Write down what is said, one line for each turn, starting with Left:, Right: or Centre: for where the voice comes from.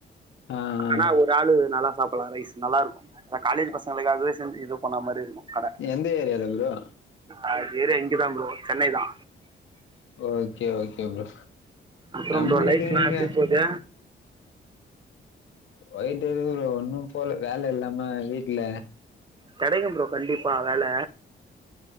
Left: ஆ ஆ
Right: ஆனா ஒரு ஆளு நல்லா சாப்பல்லா ரைஸ் நல்லாருக்கு அதா காலேஜ் பசங் களுக்காவே செஞ் இது பண்ணா மாரி இருக்கு கட
Left: எந்த ஏரியால ப்ரோ
Right: அது ஏரியா இங்கதா ப்ரோ சென்னை தா
Left: ஓகே ஓகே ப்ரோ
Right: அப்றோ
Left: நம்மளுக்கு
Right: ப்ரோ லைஃப்லா
Left: இங்க
Right: எப்டி போது
Left: போய்ட்டுருக்குது ப்ரோ ஒன்னு போல வேல இல்லாம வீட்ல
Right: கெடைக்கு ப்ரோ கண்டிப்பா வேல